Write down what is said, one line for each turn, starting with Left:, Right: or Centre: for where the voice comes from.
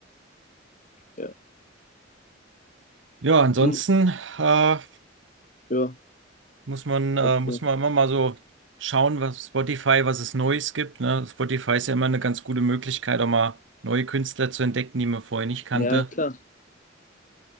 Left: Ja.
Right: Ja, ansonsten,
Left: Und du?
Right: äh,
Left: Ja,
Right: Muss man, äh,
Left: etwa.
Right: muss man immer mal so schauen, was Spotify, was es Neues gibt, ne? Spotify ist ja immer eine ganz gute Möglichkeit, auch mal neue Künstler zu entdecken, die man vorher nicht kannte.
Left: Ja, klar.